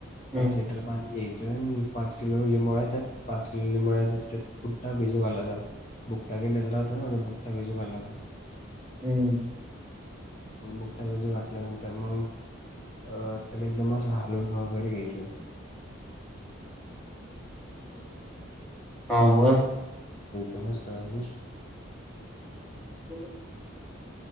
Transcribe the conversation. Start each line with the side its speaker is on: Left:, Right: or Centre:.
Centre: हम्म
Left: पाच लिटर. पाणी घ्यायचं पाच किलो लिंबोळ्या त्यात पाच किलो लिंबोळ्या त्यात. बुकटा भिजू घालायचा बुकटा केलेला राहतो ना बुकटा भिजू घालायचा.
Centre: हम्म,
Left: बुकटा भिजू घातल्यानंतर मग? अ त्याला एकदम असं हलवून वगैरे घ्यायचं. ह.
Centre: हं वर.
Left: समजतं बाकी?
Centre: हो.